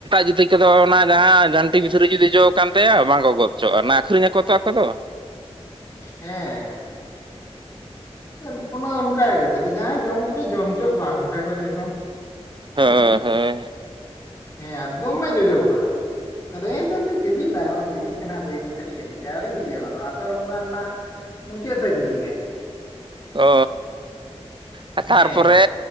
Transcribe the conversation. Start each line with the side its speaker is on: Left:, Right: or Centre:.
Right: ᱡᱟᱹᱛᱤ ᱠᱚᱫᱚ ᱚᱱᱟ ᱡᱟᱦᱟᱸ ᱡᱷᱟᱱᱴᱤ ᱵᱷᱤᱛᱨᱤ ᱨᱮ ᱡᱩᱫᱤ ᱡᱚ ᱦᱟᱠᱟᱱ ᱛᱟᱭᱟ ᱵᱟᱝ ᱠᱚ ᱜᱚᱫ ᱚᱪᱚ ᱣᱟᱜᱼᱟ᱾ ᱚᱱᱟ ᱟᱹᱠᱷᱨᱤᱧ ᱟᱠᱚ ᱠᱚᱫᱚ
Left: ᱦᱮᱸ ᱟᱫᱚ ᱚᱱᱠᱟ ᱜᱮ ᱛᱟᱦᱚᱞᱮ ᱡᱟᱦᱟᱸᱭ ᱡᱚᱢᱮᱫ ᱠᱷᱟᱱ ᱡᱚᱢ ᱦᱚᱪᱚ ᱣᱟᱱ ᱠᱚ ᱵᱟᱭ ᱢᱮᱭᱟ ᱠᱚᱣᱟ ᱪᱮᱫ ᱦᱚᱸ?
Right: ᱦᱳᱭ ᱦᱳᱭ
Left: ᱦᱮᱸ ᱫᱚᱢᱮ ᱡᱚᱡᱚᱣᱟ᱾ ᱟᱫᱚ ᱮᱱᱛᱮ ᱫᱤᱱ ᱥᱤᱵᱤᱞᱟ ᱱᱚᱜᱼᱚᱭ ᱵᱤᱞᱤᱜ ᱠᱟᱱᱟ ᱦᱟᱜ ᱵᱟᱹᱭᱼᱵᱟᱹᱭ ᱠᱟᱹᱴᱤᱡ ᱠᱟᱹᱴᱤᱡ ᱛᱮ‌ ᱟᱹᱣᱨᱤ ᱵᱤᱞᱤᱜᱼᱟ᱾ ᱚᱱᱟ ᱫᱚ ᱟᱥᱟᱲ ᱵᱚᱸᱜᱟ ᱨᱮᱱᱟᱜ ᱢᱩᱪᱟᱹᱫ ᱥᱮᱫ ᱵᱤᱞᱤᱜᱼᱟ᱾
Right: ᱚ ᱦᱚᱸ ᱛᱟᱨᱯᱚᱨᱮ
Left: ᱦᱮᱸ